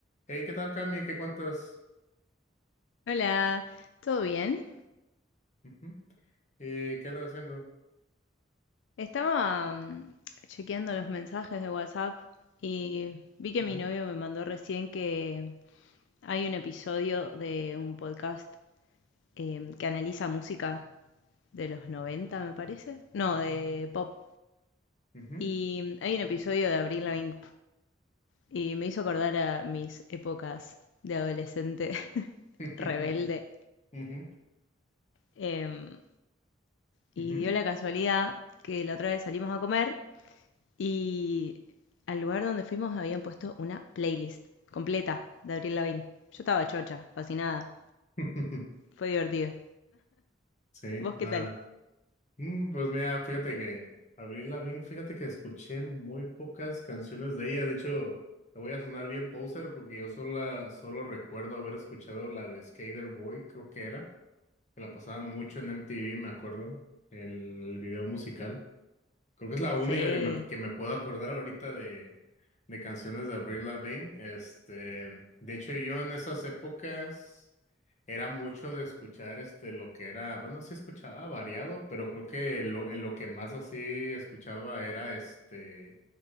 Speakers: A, on the left; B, on the left.
A: Hey, ¿qué tal, Cami? ¿Qué cuentas?
B: Hola, ¿todo bien?
A: Ujú. ¿Y qué andas haciendo?
B: Estaba mm, chequeando los mensajes de WhatsApp y vi que
A: Ujú,
B: mi novio me mandó recién que hay un episodio de un podcast em, que analiza música de los 90, me parece. No, de pop.
A: ujú.
B: Y hay un episodio de Avril Lavigne y me hizo acordar a mis épocas de adolescente <laughs>
A: <laughs>
B: rebelde.
A: Ujú,
B: Em, y
A: ujú.
B: dio la casualidad que la otra vez salimos a comer. Y al lugar donde fuimos habían puesto una playlist completa de Abril Lavigne. Yo estaba chocha, fascinada.
A: <laughs>
B: Fue divertido.
A: Sí.
B: ¿Vos
A: Ah.
B: qué tal?
A: Mm, Pues mira, fíjate que Avril Lavigne, fíjate que escuché muy pocas canciones de ella. De hecho, te voy a sonar bien poser porque yo solo, la- solo recuerdo haber escuchado la de Skater Boy, creo que era, que la pasaban mucho en MTV, me acuerdo, el, el video musical. Creo que es la única
B: Sí.
A: que me, que me puedo acordar ahorita de, de canciones de Avril Lavigne. Este, de hecho, yo en esas épocas era mucho de escuchar este lo que era, bueno, sí escuchaba variado, pero creo que lo, en lo que más así escuchaba era este